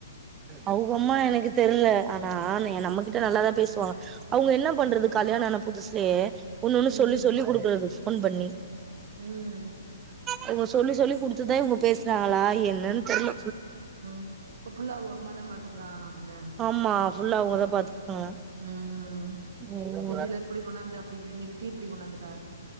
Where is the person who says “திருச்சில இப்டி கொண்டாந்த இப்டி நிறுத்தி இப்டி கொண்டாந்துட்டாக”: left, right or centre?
Right